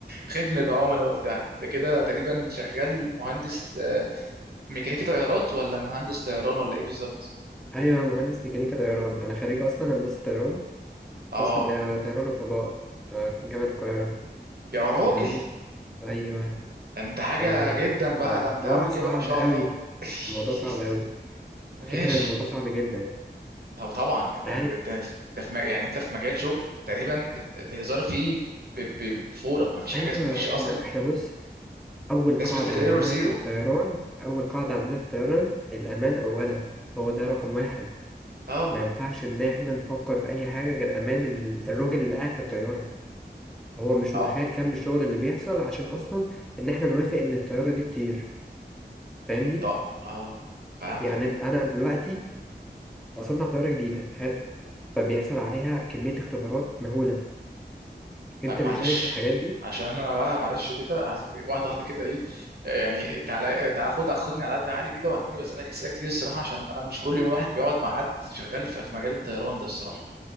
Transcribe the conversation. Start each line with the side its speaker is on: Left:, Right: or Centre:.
Right: خدمه عملاء وبتاع انت كده تقريبا شغال مهندس آه، ميكانيكي طيارات ولا مهندس طيران ولا ايه بالظبط
Centre: ايوه أنا مهندس ميكانيكا طيران انا خريج اصلا هندسه طيران
Right: اه
Centre: قسم آه، طيران وفضاء آه، جامعه القاهره
Right: يا راجل
Centre: آه، فاهمني ايوه
Right: ده انت حاجه
Centre: فالموضوع
Right: جدا بقى ده انت قوي كده
Centre: صعب
Right: ما شاء
Centre: قوي
Right: الله <laughs>
Centre: الموضوع صعب قوي
Right: ماشي
Centre: على فكره الموضوع صعب جدا
Right: طب طبعا انت
Centre: عارف
Right: انت انت في م- يعني انت في مجال شغل تقريبا ال- الهزار فيه ب- ب- بفوره ما فيش
Centre: ايوه
Right: حاجه ما فيش اصلا
Centre: احنا احنا بص اول
Right: نسبه
Centre: قاعده
Right: الايرور
Centre: عندنا
Right: زيرو
Centre: في الطيران اول قاعده عندنا في الطيران الامان اولا هو ده رقم واحد
Right: اه
Centre: ما ينفعش ان احنا نفكر في اي حاجه غير امان ال- الراجل اللي قاعد في الطياره هو مش
Right: اه
Centre: متخيل كم الشغل اللي بيحصل عشان اصلا ان احنا نوافق ان الطياره دي تطير فاهمني
Right: انت اه فهمتك
Centre: يعني انا دلوقتي بصنع طياره جديده حلو فبيحصل عليها كميه اختبارات مهوله
Right: طب
Centre: انت بتشارك
Right: معلش
Centre: في الحاجات دي
Right: عشان انا بقى معلش كده عايزك ت- واحده واحده كده ايه آه، يعني تعالى آه، تعالى خد خدني على قد عقلي كده وهتني بسالك اسئله كتير الصراحه عشان انا مش كل يوم الواحد بيقعد مع حد شغال في في مجال الطيران ده الصراحه